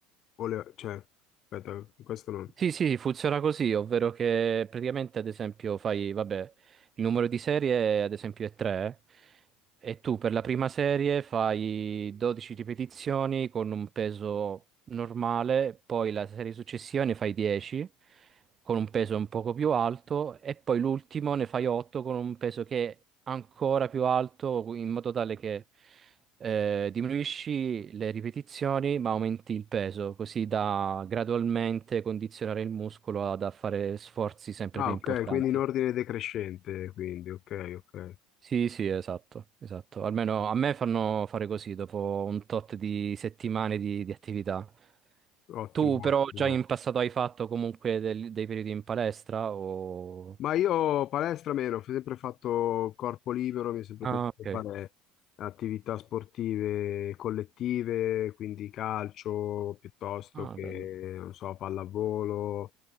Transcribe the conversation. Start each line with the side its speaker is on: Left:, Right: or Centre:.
Left: o le... cioè, aspetta, questo non...
Right: Sì, sì, funziona così, ovvero che praticamente ad esempio fai, vabbè, il numero di serie ad esempio è 3 e tu per la prima serie fai 12 ripetizioni con un peso normale, poi la serie successiva ne fai 10 con un peso un poco più alto e poi l'ultimo ne fai 8 con un peso che è ancora più alto in modo tale che eh, diminuisci le ripetizioni ma aumenti il peso, così da gradualmente condizionare il muscolo ad a fare sforzi sempre
Left: Ah,
Right: più
Left: ok,
Right: importanti.
Left: quindi in ordine decrescente, quindi, ok, ok.
Right: Sì, sì, esatto, esatto. Almeno a me fanno fare così dopo un tot di settimane di, di attività.
Left: Ottimo,
Right: Tu però
Left: ottimo.
Right: già in passato hai fatto comunque del- dei periodi in palestra o...
Left: Ma io palestra meno, ho sempre fatto corpo libero, mi è sempre
Right: Ah,
Left: piaciuto
Right: ok.
Left: fare attività sportive collettive, quindi calcio piuttosto
Right: Ah,
Left: che,
Right: bello.
Left: non so, pallavolo,